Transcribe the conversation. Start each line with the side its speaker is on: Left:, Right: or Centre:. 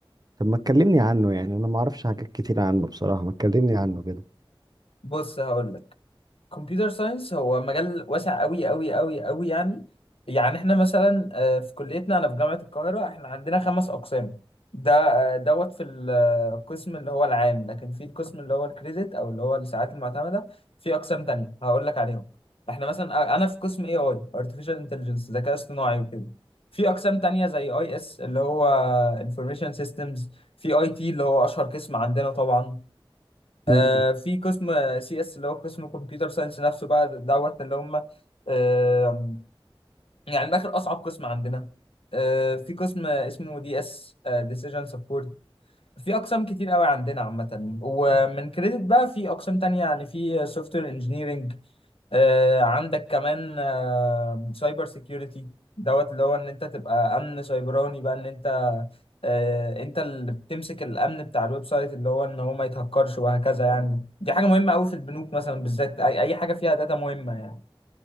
Right: طب ما تكلمني عنه يعني انا ما اعرفش حاجات كتير عنه بصراحة ما تكلمني عنه كده
Left: بص هقول لك كمبيوتر ساينس هو مجال واسع قوي قوي قوي قوي يعني يعني احنا مثلا آه، في كليتنا انا في جامعة القاهرة احنا عندنا خمس اقسام ده آه، دوت في القسم اللي هو العام لكن في القسم اللي هو الكريدت او اللي هو الساعات المعتمدة في اقسام تانية هقول لك عليهم احنا مثلا آه، انا في قسم اي اي ارتفيشال انتليجنس ذكاء اصطناعي وكده في اقسام تانية زي اي اس اللي هو انفورميشن سيستمز في اي تي اللي هو اشهر قسم عندنا طبعا آه،
Right: مم.
Left: في قسم سي اس اللي هو قسم كمبيوتر ساينس نفسه بقى دوت اللي هم آه، يعني من الاخر اصعب قسم عندنا آه، في قسم اسمه دي اس ديسيجن سبورت في اقسام كتير قوي عندنا عامه ومن كريدت بقى في اقسام تانية يعني في سوفت وير انجينيرنج عندك كمان سايبر سيكيورتي دوت اللي هو ان انت تبقى امن سايبراني بقى ان انت آه، انت اللي بتمسك الامن بتاع الويب سايت اللي هو ان هو ما يتهكرش وهكذا يعني دي حاجه مهمه قوي في البنوك مثلا بالذات اي أي حاجه فيها داتا مهمه يعني